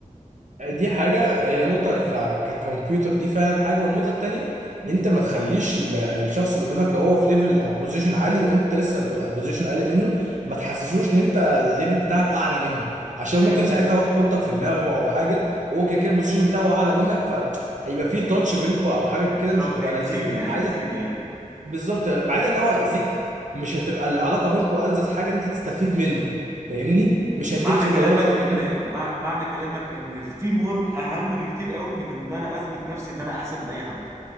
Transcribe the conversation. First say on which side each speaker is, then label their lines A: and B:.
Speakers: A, on the right (about 60°); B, on the right (about 20°).
A: دي حاجة هي نقطة ف- ككمبيوتر دي فعلا حاجة والنقطة التانية إن أنت ما تخليش ال- الشخص اللي قدامك لو هو في ليفل أو بوزيشن عالي وأنت لسه ب- بوزيشن أقل منه ما تحسسوش إن أنت الليفل بتاعك أعلى منه عشان
B: فهمتك
A: ممكن ساعتها هو يحطك في دماغه أو حاجة وهو كده كده البوزيشن بتاعه أعلى منك فهيبقى في
B: هي...
A: تاتش بينكوا أو حاجة
B: بالظبط
A: كده مش هتبقى
B: هيأذيني
A: لذيذة أنا
B: هيأذيني
A: عايزك
B: يعني
A: بالظبط بعيد إن هو هيأذيك مش هتبقى العلاقة بينكوا ألذذ حاجة إن أنت تستفيد منه فاهمني؟
B: مم.
A: مش هيديك
B: معنى
A: خبرة
B: كلامك
A: ولا خاصة
B: ان مع... معنى كلامك ان التيم وورك اهم بكتير قوي من ان انا اثبت نفسي ان انا احسن من اي حد